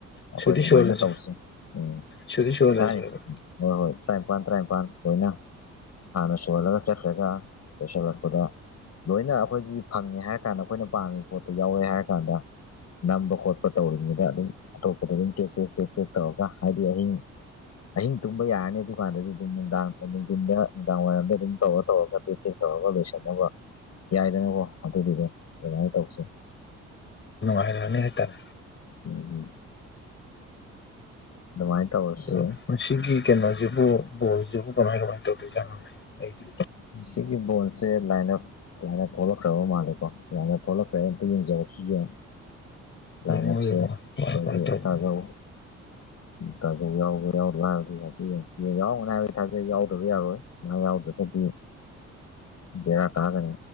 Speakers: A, on the left (about 60°); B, on the left (about 40°).
A: ꯑꯩꯈꯣꯏ
B: ꯁꯨꯗꯤ
A: ꯑꯗꯨꯃꯥꯏꯅ
B: ꯁꯨꯍꯜꯂꯁꯦ
A: ꯇꯧꯁꯤ ꯎꯝ
B: ꯁꯨꯗꯤ ꯁꯨꯍꯜꯂꯁꯦꯕ
A: ꯇꯔꯥꯅꯤ ꯍꯣꯏ ꯍꯣꯏ ꯇꯔ꯭ꯥꯏꯅꯤꯄꯥꯥꯟ ꯇꯔ꯭ꯥꯏꯟ꯫ ꯄꯥꯟ ꯂꯣꯏꯅ ꯍꯥꯟꯅ ꯁꯨꯍꯜꯂꯒ ꯆꯠꯈ꯭ꯔꯒ ꯂꯣꯏꯁꯤꯜꯂꯛꯄꯗ꯫ ꯂꯣꯏꯅ ꯑꯩꯈꯣꯏꯒꯤ ꯐꯪꯉꯦ ꯍꯥꯏꯔ ꯀꯥꯟꯗ ꯑꯩꯈꯣꯏꯅ ꯄꯥꯝꯃꯤꯕ ꯄꯣꯠꯇꯣ ꯌꯥꯎꯋꯦ ꯍꯥꯏꯔ ꯀꯥꯟꯗ꯫ ꯅꯝꯕ ꯈꯣꯠꯄ ꯇꯧꯔꯤꯉꯩꯗ ꯑꯗꯨꯝ ꯑꯇꯣꯞꯄꯗ ꯑꯗꯨꯝ ꯇꯦꯛ ꯇꯦꯛ ꯇꯦꯛ ꯇꯦꯛ ꯇꯧꯔꯒ ꯍꯥꯏꯗꯤ ꯑꯍꯤꯡ꯫ ꯑꯍꯤꯡ ꯇꯨꯝꯕ ꯌꯥꯔꯅꯤ ꯗꯨꯀꯥꯟꯗꯗꯤ꯫ ꯑꯗꯨꯝ ꯅꯨꯡꯗꯥꯡ ꯅꯨꯡꯗꯤꯟꯗ ꯅꯨꯡꯗꯥꯡ ꯋꯥꯏꯔꯝꯗ ꯑꯗꯨꯝ ꯇꯧꯔ ꯇꯧꯔꯒ ꯇꯦꯛ ꯇꯦꯛ ꯇꯧꯔꯒ ꯂꯣꯏꯁꯟꯅꯕ꯫ ꯌꯥꯏꯗꯅꯀꯣ ꯑꯗꯨꯗꯨꯗꯤ ꯑꯗꯨꯃꯥꯏꯅ ꯇꯧꯁꯤ꯫
B: ꯌꯥꯔꯅꯤ ꯍꯥꯏꯇꯥꯔꯦ꯫
A: ꯎꯝ ꯗꯨꯃꯥꯏꯅ ꯇꯧꯔꯁꯤ꯫
B: ꯑꯗꯣ ꯉꯁꯤꯒꯤ ꯀꯩꯅꯣꯖꯤꯕꯨ ꯕꯣꯜꯖꯤꯕꯨ ꯀꯃꯥꯏ ꯀꯃꯥꯏ ꯇꯧꯗꯣꯏꯖꯥꯠꯅꯣꯅꯦ ꯫ ꯑꯩꯗꯤ꯫
A: ꯉꯁꯤꯒꯤ ꯕꯣꯟꯁꯦ ꯂꯥꯏꯟ ꯑꯞ꯫ ꯗꯨꯃꯥꯏꯅ ꯊꯣꯛꯂꯛꯈ꯭ꯔꯕ ꯃꯥꯜꯂꯦꯀꯣ ꯗꯨꯃꯥꯏꯅ ꯊꯣꯛꯂꯛꯈ꯭ꯔꯦ ꯑꯝꯇ ꯌꯦꯡꯖꯔꯛꯈꯤꯒꯦꯅ꯫ ꯂꯥꯏꯟ
B: ꯌꯦꯡꯉꯣ
A: ꯑꯞꯁꯦ
B: ꯌꯦꯡꯉꯣ
A: ꯑꯩꯈꯣꯏꯒꯤ
B: ꯀꯃꯥꯏ ꯀꯃꯥꯏ ꯇꯧꯕꯅꯣ
A: ꯇꯥꯖꯧ꯫ ꯇꯥꯖꯧ ꯌꯥꯎꯕ ꯌꯥꯎꯗꯕ꯭ꯔꯥ ꯍꯥꯏꯕꯗꯨ ꯌꯦꯡꯉꯛꯈꯤꯒꯦ ꯉꯁꯤ ꯌꯥꯎꯔꯝꯒꯅꯤ ꯍꯥꯏꯕꯗꯤ ꯊꯥꯖꯩ ꯌꯥꯎꯗꯕ ꯌꯥꯔꯣꯏ꯫ ꯃꯥ ꯌꯥꯎꯗ꯭ꯔꯒꯗꯤ꯫ ꯕꯦꯔꯥ ꯀꯥꯒꯅꯤ